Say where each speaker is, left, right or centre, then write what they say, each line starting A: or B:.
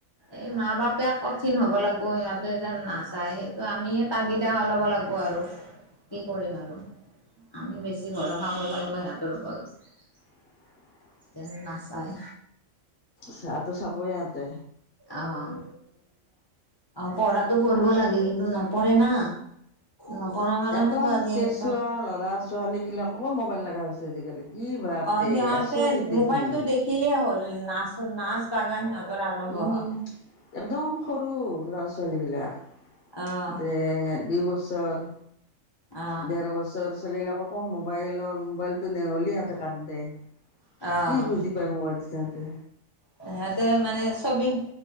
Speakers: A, on the left; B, on the left.
A: এই মা বাপে কঠিন হ'ব লাগিব সিহঁত। যেন নাচায় সেইটো আমি তাগিদা ল'ব লাগিব আৰু, কি কৰিম আৰু। আমি বেছি ভৰসা কৰিব লাগিব সিহঁতৰ ওপৰত।
B: <inaudible>
A: তেন নাচায়।
B: চাহটো চাবই ইহতে।
A: অ' অ', পঢ়াটো কৰিবঢ লাগে কিন্তু ন পৰে না নপঢ়াৰ কাৰণেতো
B: একদম
A: আজি
B: কেঁচুৱা
A: এনেকুৱা
B: ল'ৰা ছোৱালী বিলাককো মোবাইল লগা হৈছে আজিকালি। কি ভাবৰে
A: অ' সিহঁতে
B: আচৰিত দেখি
A: মোবাইলতো দেখিলেই হ'ল। নাচ নাচ বাগান সিহঁতৰ আৰম্ভ
B: উম
A: হয়।
B: একদম সৰু ল'ৰা ছোৱালী বিলাক,
A: অ',
B: তে দুই বছৰ।
A: অ',
B: দেৰ বছৰ চলিলে আকৌ কম মোবাইলৰ মোবাইলটো নেহ'লিহঁতে কান্দে।
A: অ'।
B: কি বুজি পায় মোবাইলটো চহতে।
A: সিহঁতে মানে চবি